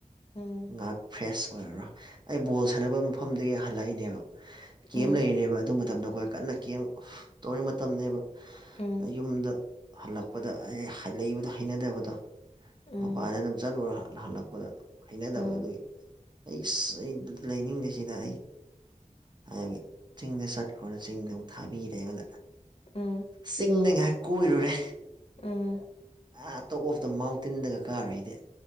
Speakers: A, on the left (about 45°); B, on the right (about 35°).
A: ꯎꯝ
B: ꯉꯥꯏꯍꯥꯛ ꯐ꯭ꯔꯦꯁ ꯑꯣꯏꯔꯨꯔꯦ ꯑꯩ ꯕꯣꯜ ꯁꯥꯟꯅꯕꯒꯤ ꯃꯐꯝꯗꯒꯤ ꯍꯜꯂꯛꯏꯅꯦꯕ ꯀꯦꯝ
A: ꯎꯝ
B: ꯂꯩꯔꯤꯅꯦꯕ ꯑꯗꯨ ꯃꯇꯝꯗ ꯑꯩꯈꯣꯏ ꯀꯟꯅ ꯀꯦꯝ ꯇꯧꯔꯤ ꯃꯇꯝꯅꯦꯕ
A: ꯎꯝ
B: ꯌꯨꯝꯗ ꯍꯜꯂꯛꯄꯗ ꯑꯦ ꯂꯩꯕꯗꯣ ꯍꯩꯅꯗꯕꯗꯣ
A: ꯎꯝ
B: ꯃꯄꯥꯅ ꯑꯗꯨꯝ ꯆꯠꯂꯨꯔ ꯍꯜꯂꯛꯄꯗ ꯍꯩꯅꯗꯕꯗꯣ
A: ꯎꯝ
B: ꯑꯗꯨꯒꯤ ꯑꯩꯁ ꯑꯩ ꯂꯩꯅꯤꯡꯗꯦꯁꯤꯗ ꯑꯩ ꯍꯥꯏ ꯆꯤꯡꯗ ꯆꯠꯈ꯭ꯔꯣꯅ ꯆꯤꯡꯗ ꯑꯃꯨꯛ ꯊꯥꯕꯤꯔꯦ ꯑꯃꯗ
A: ꯎꯝ
B: ꯆꯤꯡꯅꯉꯥꯏ ꯀꯣꯏꯔꯨꯔꯦ
A: ꯎꯝ
B: ꯑ ꯑꯇꯣꯞ ꯑꯣꯞ ꯗ ꯃꯥꯎꯟꯇꯦꯟꯗꯒ ꯀꯥꯔꯣꯏ ꯑꯩꯗꯤ